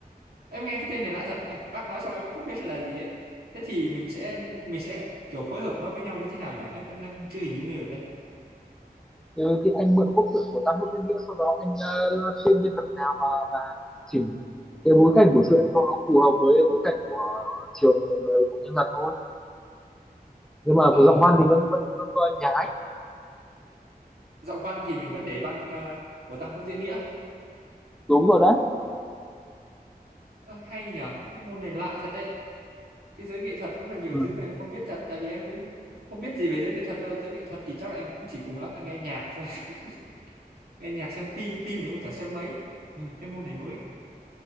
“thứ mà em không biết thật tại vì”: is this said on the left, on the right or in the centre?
Right